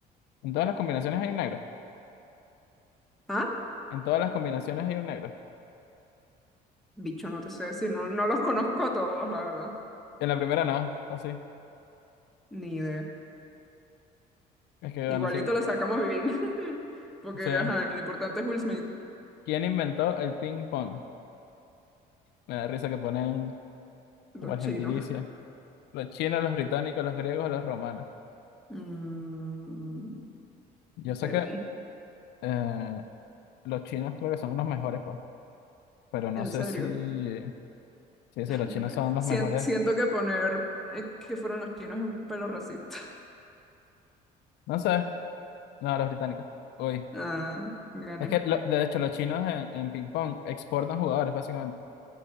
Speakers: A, on the left; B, in the centre.
A: En todas las combinaciones hay un negro.
B: Ah,
A: En todas las combinaciones hay un negro.
B: bicho, no te sé decir, no, no los conozco a todos, la verdad.
A: En la primera no, o sí.
B: Ni idea.
A: Es que van
B: Igualito
A: así.
B: la sacamos bien. <laughs> Porque,
A: Sí.
B: ajá, lo importante es Will Smith,
A: ¿Quién inventó el ping pong? Me da risa que ponen
B: los
A: como el
B: chinos.
A: gentilicio. Los chinos, los británicos, los griegos, los romanos.
B: Mm,
A: Yo sé
B: perdí.
A: que eh, los chinos creo que son los mejores, pues. Pero no
B: En
A: sé
B: serio.
A: si, sí,
B: <laughs>
A: sí,
B: Ay,
A: los chinos
B: Dios mío.
A: son los
B: Sien-
A: mejores.
B: siento que poner eh, que fueron los chinos es un pelo racista.
A: No sé. No, los británicos. Uy.
B: Ah, gané.
A: Es que, lo- de hecho, los chinos en, en ping pong exportan jugadores, básicamente.